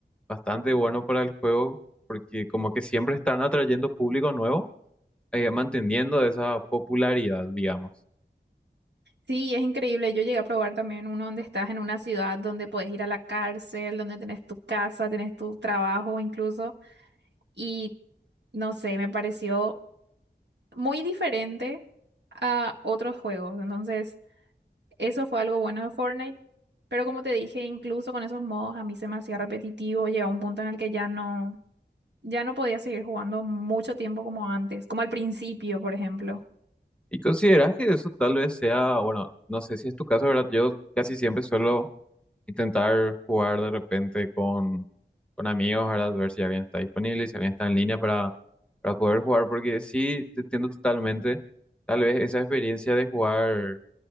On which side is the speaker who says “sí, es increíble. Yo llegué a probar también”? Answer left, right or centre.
Right